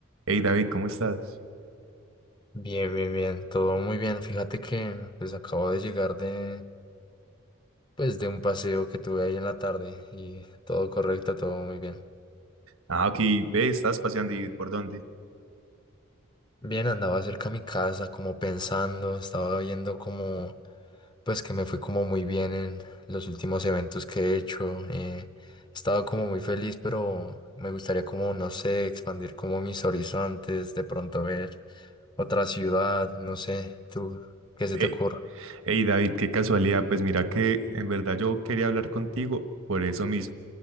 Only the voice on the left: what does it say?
Bien, bien, bien, todo muy bien. Fíjate que pues acabo de llegar de pues de un paseo que tuve ahí en la tarde y todo correcto, todo muy bien.
Bien, andaba cerca a mi casa como pensando, estaba viendo como pues que me fue como muy bien en los últimos eventos que he hecho. eh, he estado como muy feliz, pero me gustaría como, no sé, expandir como mis horizontes, de pronto ver otra ciudad, no sé, tú, ¿qué se
te ocurre?